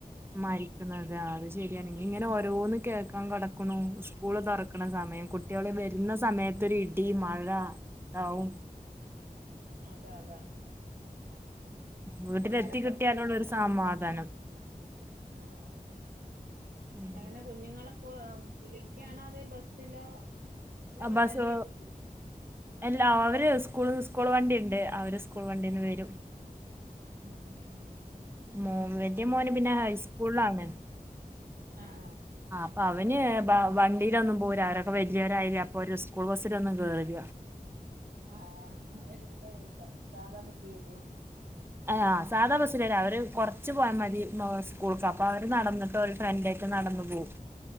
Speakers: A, on the right (about 15°); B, on the right (about 80°).
A: മരിക്കുന്നത് ആ അത് ശരി. എനങ്ങിങ്ങനെ ഓരോന്ന് കേക്കാ കിടക്കണു ഉസ്കൂള് തുറക്കണ സമയം കുട്ടിയൊള് വരുന്ന സമയത്തൊരു ഇടി മഴ എന്താവും
B: അതെ അതെ
A: വീട്ടിലെത്തി
B: പിള്ളേരെ പുറത്ത്
A: കിട്ടിയാനുള്ളൊരു സമാധാനം
B: ആഹ് ആഹ്
A: ഉം.
B: എങ്ങനെ കുഞ്ഞുങ്ങള് ഇപ്പ് വിളിക്കാണോ അതെ ബസ്സിലോ? അതേ
A: അബ്ബാസ്
B: അവര് തനിയെ കൊണ്ടു-
A: എല്ലാ അവര് സ്കൂളിന്ന് സ്കൂ സ്കൂൾ വണ്ടി ണ്ട് അവര് സ് സ്കൂൾ വണ്ടീന്ന് വരും.
B: മ് മ് മ്
A: മോ മന്റെ മോന് പിന്നെ ഹൈസ്കൂളാണ്.
B: ആഹ് ആഹ്.
A: അപ്പം അവന് വണ്ടിയിലൊന്നും പോവൂല അവരൊക്കെ വലിയോരായില്ലേ അപ്പൊ ഒരുസം. സ്കൂൾ ബസിൽ ഒന്നും കേറില്ല.
B: ആഹ് ആഹ് എന്തായിപ്പോ? സാധാ ബസ്സി വരും.
A: ആഹ് സാധാ ബസ്സിലല്ല അവര് കൊറച്ചു പോയാമതി സ്കൂൾക്ക് അപ്പൊ അവര് നടന്നിട്ട് ഒരു ഫ്രണ്ടായിട്ട് നടന്നു പോവും.